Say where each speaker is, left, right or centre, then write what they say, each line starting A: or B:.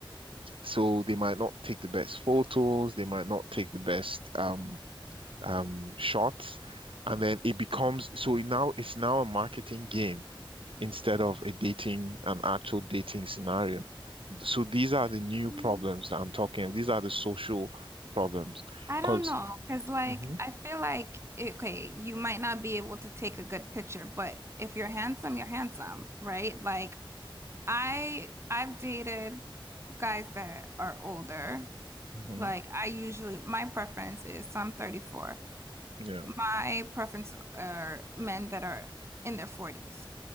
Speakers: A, on the right (about 75°); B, on the right (about 30°).
A: So they might not take the best photos, they might not take the best um um, shots, and then it becomes so it now it's now a marketing game instead of a dating, an actual dating scenario. So these are the new
B: Mhm.
A: problems that I'm talking of. These are the social problems,
B: I don't
A: because
B: know, because like
A: hmm
B: I feel like it- okay, you might not be able to take a good picture, but if you're handsome, you're handsome, right? Like I I've dated guys that are older.
A: hmm
B: Like I usually my preference is so I'm 34.
A: yeah,
B: My preference are men that are in their 40s,